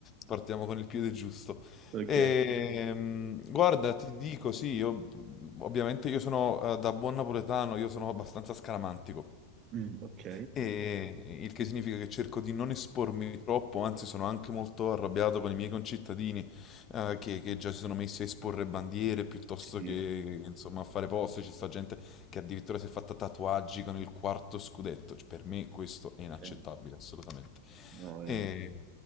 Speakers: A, on the left; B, on the right.
A: partiamo con il piede giusto.
B: Ok,
A: Ehm, guarda, ti dico, sì, io, ovviamente io sono eh, da buon napoletano, io sono abbastanza scaramantico,
B: Mm, ok.
A: e, il che significa che cerco di non espormi troppo, anzi sono anche molto arrabbiato con i miei concittadini eh, che, che già si sono messi a esporre bandiere piuttosto
B: Sì,
A: che, insomma, a fare post, ci sta gente che addirittura si è fatta tatuaggi con il quarto scudetto. Cioè, per me questo è inaccettabile,
B: cioè,
A: assolutamente.
B: no, eh.
A: E-